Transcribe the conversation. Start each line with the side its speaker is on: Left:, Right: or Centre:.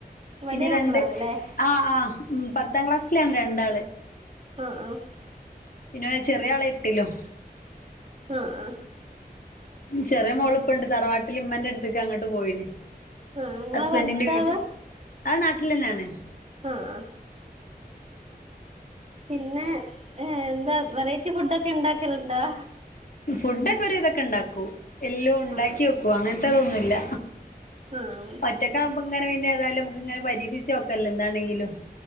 Left: പിന്നെ
Right: വലിയ
Left: രണ്ട്
Right: മക്കളാണല്ലേ
Left: ആ ആ ഉം പത്താം ക്ലാസ്സിലാണ് രണ്ടാള്
Right: ആഹ് ആഹ്
Left: പിന്നെ ചെറിയ ആള് എട്ടിലും
Right: ആഹ് ആഹ്
Left: ചെറിയ മോള്പ്പണ്ട് തറവാട്ടില് ഇമ്മന്റെ അടുത്തേക്ക് അങ്ങട്ട് പോയിന്
Right: ആ നിങ്ങളെ
Left: ഹസ്ബന്റിന്റെ
Right: ഭർത്താവ്
Left: വീട്ട് ആ നാട്ടിലന്നേണ്
Right: ആഹ് ആഹ് പിന്നെ എന്താ വെറൈറ്റി ഫുഡ് ഒക്കെ ഉണ്ടാക്കലിണ്ടോ
Left: ഫുഡൊക്കെ ഒരു വിതൊക്കെ ഇണ്ടാക്കും എല്ലോം ഇണ്ടാക്കി
Right: ആ
Left: വെക്കും അങ്ങനത്തതൊന്നുല്ല
Right: ആഹ്
Left: ഒറ്റക്കാവുമ്പോ ഇങ്ങനെ ഏതായാലും നമ്മക്ക് ഇങ്ങനെ പരീക്ഷിച്ച് നോക്കല്ലോ എന്താണെങ്കിലും